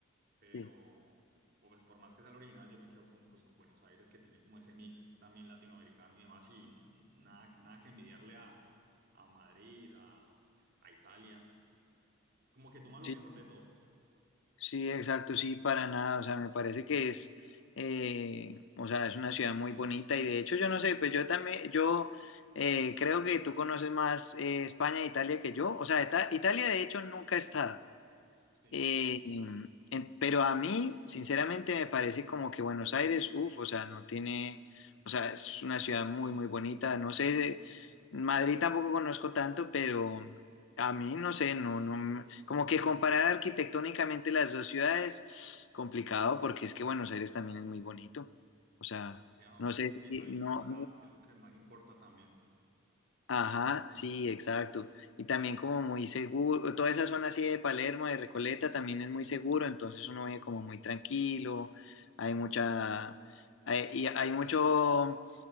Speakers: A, on the right; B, on the left.
A: pero
B: Sí,
A: pues por más que sea la original, yo me quedo con, pues, con Buenos Aires, que tiene como ese mix también latinoamericano y demás, y nada, nada que envidiarle a, a Madrid, a, a Italia, como que toma lo
B: sí,
A: mejor de todo.
B: Sí, exacto, sí, para nada, o sea, me parece que es, eh, o sea, es una ciudad muy bonita y de hecho yo no sé, pues yo también, yo eh, creo que tú conoces más eh, España e Italia que yo, o sea, Ita- Italia de hecho nunca he estado,
A: Sí,
B: eh, em, en- pero a mí, sinceramente, me parece como que Buenos Aires, uff, o sea, no tiene, o sea, es una ciudad muy, muy bonita. No sé, eh, Madrid tampoco conozco tanto, pero a mí, no sé, no, no, me- como que comparar arquitectónicamente las dos ciudades, complicado, porque es que Buenos Aires también es muy bonito. O sea,
A: demasiado
B: no sé
A: y está
B: si,
A: bien organizada,
B: no,
A: que es lo que más importa también.
B: Ajá, sí, exacto. Y también como muy seguro, toda esa zona así de Palermo, de Recoleta, también es muy seguro, entonces uno vive como muy tranquilo, hay mucha, hay, y hay mucho,